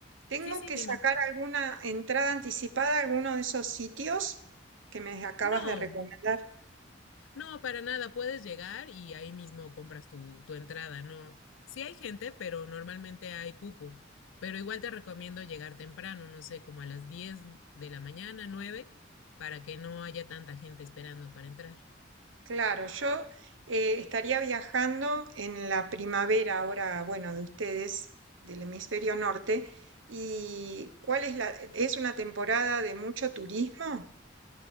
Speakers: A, on the right; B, on the left.
A: ¿Tengo
B: Sí, sí,
A: que
B: dime.
A: sacar alguna entrada anticipada a alguno de esos sitios que me acabas
B: No,
A: de recomendar?
B: no, para nada. Puedes llegar y ahí mismo compras tu, tu entrada, ¿no? Sí hay gente, pero normalmente hay cupo. Pero igual te recomiendo llegar temprano, no sé, como a las 10 de la mañana, 9, para que no haya tanta gente esperando para entrar.
A: Claro, yo eh, estaría viajando en la primavera ahora, bueno, de ustedes, del hemisferio norte. ¿Y cuál es la, es una temporada de mucho turismo?